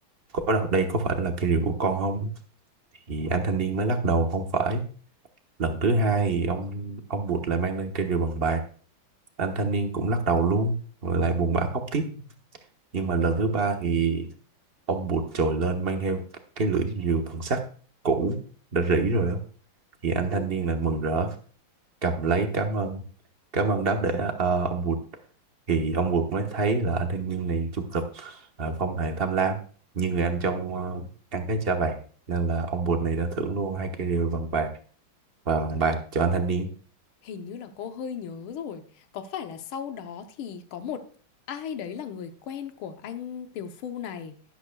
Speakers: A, on the right; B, on the left.
A: có đâu đây có phải là cây rìu của con không? Thì anh thanh niên mới lắc đầu không phải. Lần thứ hai thì ông ông bụt lại mang lên cây rìu bằng bạc. Anh thanh niên cũng lắc đầu luôn. Rồi lại buồn bã khóc tiếp. Nhưng mà lần thứ ba thì Ông bụt trồi lên mang theo cái lưỡi rìu bằng sắt cũ đã rỉ rồi á. Thì anh thanh niên là mừng rỡ, cầm lấy cảm ơn. Cảm ơn đáo để ờ, ông bụt. Thì ông bụt mới thấy là anh thanh niên này trung thực, ờ, không hề tham lam. Như người anh trong ờ, ăn cái chả vàng. Nên là ông bụt này đã thưởng luôn hai cái rìu bằng bạc và bằng bạc cho anh thanh niên.
B: Hình như là cô hơi nhớ rồi. Có phải là sau đó thì có một ai đấy là người quen của anh Tiều Phu này.